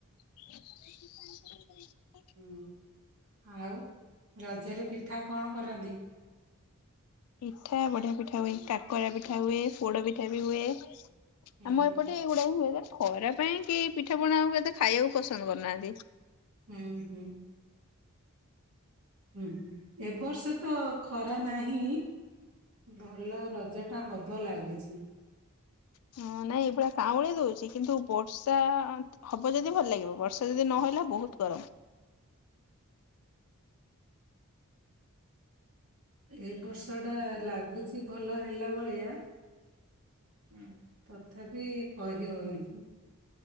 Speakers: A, on the left (about 80°); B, on the right (about 85°).
A: <inaudible>
B: ହୁଁ ଆଉ ରଜରେ ପିଠା କଣ କରନ୍ତି?
A: ପିଠା ବଢିଆ ପିଠା ହୁଏ। କାକରା ପିଠା ହୁଏ ପୋଡ ପିଠା ବି ହୁଏ।
B: ହୁଁ
A: ଆମ ଏପଟେ ଏଇଗୁଡା ହୁଏ। ପରେ ଖରା ପାଇଁ କିଏ ପିଠା ପଣା ଆଉ କେହି ଖାଇବାକୁ ପସନ୍ଦ କରୁନାହାନ୍ତି।
B: ହୁଁ ହୁଁ। ହୁଁ ହୁଁ ଏବ ବର୍ଷ ତ ଖରା ନାହିଁ। ଭଲ ରଜଟା ହବ ଲାଗୁଚି।
A: ହଁ ନାଇଁ ଏଇଭଳିଆ କାଉଁଳି ଦଉଚି କିନ୍ତୁ ବର୍ଷା ହବ ଯଦି ଭଲ ଲାଗିବ। ବର୍ଷା ଯଦି ନହେଲା ବହୁତ ଗରମ।
B: ଏ ବର୍ଷ ଟା ଲାଗୁଚି ଭଲ ହେଲା ଭଳିଆ। ହଁ ତଥାପି କହି ହଉନି।